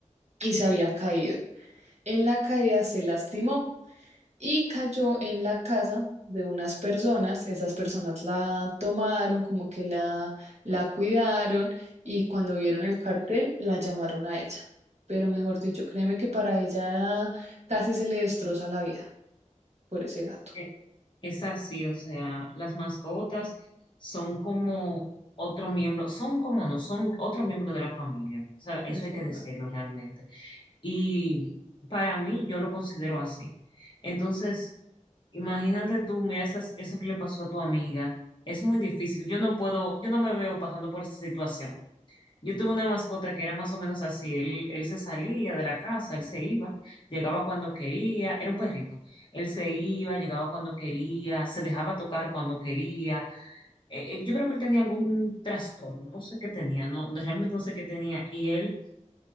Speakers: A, on the right; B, on the left.
A: y se había caído. En la caída se lastimó y cayó en la casa de unas personas. Esas personas la tomaron, como que la, la cuidaron y cuando vieron el cartel la llamaron a ella. Pero mejor dicho, créeme que para ella casi se le destroza la vida por ese gato.
B: Es que es así, o sea, las mascotas son como otro miembro, son como no, son otro miembro de la familia, o sea, eso
A: Es
B: hay
A: verdad.
B: que decirlo realmente. Y para mí, yo lo considero así. Entonces, imagínate tú, mira esas- eso que le pasó a tu amiga. Es muy difícil. Yo no puedo, yo no me veo pasando por esta situación. Yo tuve una mascota que era más o menos así. Él, él se salía de la casa, él se iba, llegaba cuando quería, era un perrito. Él se iba, llegaba cuando quería, se dejaba tocar cuando quería. Eh, eh, yo creo que él tenía algún trastorno, no sé qué tenía, no, no- realmente no sé qué tenía. Y él